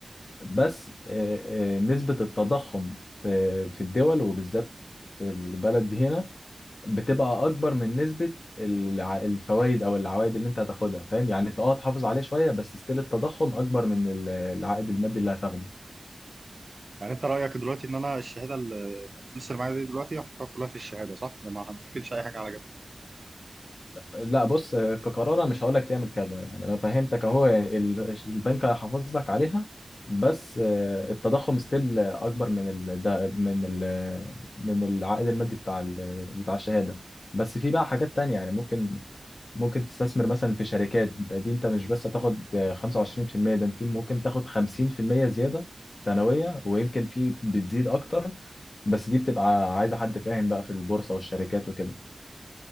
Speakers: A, on the left (about 70°); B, on the right (about 50°).
A: بس آه، آه، نسبة التضخم في في الدول وبالذات في البلد دي هنا بتبقى أكبر من نسبة الفوائد أو العوائد اللي أنت هتاخدها فاهم يعني أنت أه تحافظ عليه شوية بس ستيل التضخم أكبر من ال- العائد المادي اللي هتاخده
B: يعني انت رايك دلوقتي ان انا الشهاده ال- الفلوس اللي معايا دي دلوقتي احطها كلها في الشهاده صح يعني ما ما افكرش اي حاجه على جنب
A: لا بص كقرار أنا مش هقول لك تعمل كذا يعني انا فهمتك اهو يعني ال- البنك هيحافظ لك عليها بس آه، التضخم ستيل اكبر من ال ده- من ال من العائد المادي بتاع ال- بتاع الشهاده بس في بقى حاجات تانية يعني ممكن ممكن تستثمر مثلا في شركات ده دي انت مش بس هتاخد آه، 25% ده انت ممكن تاخد 50% زياده سنويه ويمكن في بتزيد اكتر بس دي بتبقى عايزه حد فاهم بقى في البورصه والشركات وكده